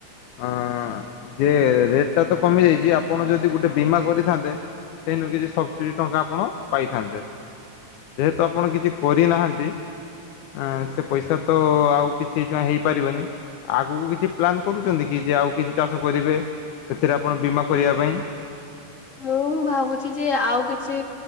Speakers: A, on the left; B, on the left.
A: ହଁ ଯେ ରେଟ୍ ଟା ତ କମି ଯାଇଚି, ଆପଣ ଯଦି ଗୋଟେ ବୀମା କରିଥାନ୍ତେ ସେନୁ କିଛି ସବସିଡି ଟଙ୍କା ଆପଣ ପାଇଥାନ୍ତେ। ଯେହେତୁ ଆପଣ କିଛି କରିନାହାନ୍ତି ଆଁ ସେ ପଇସା ତ ଆଉ କିଛି ଯ ହେଇପାରିବନି। ଆଗୁକୁ କିଛି ପ୍ଲାନ୍ କରୁଚନ୍ତି କି ଯେ ଆଉ କିଛି ଚାଷ କରିବେ ସେଥିରେ ଆପଣ ବୀମା କରିବା ପାଇଁ?
B: ମୁଁ ଭାବୁଚି ଯେ ଆଉ କିଛି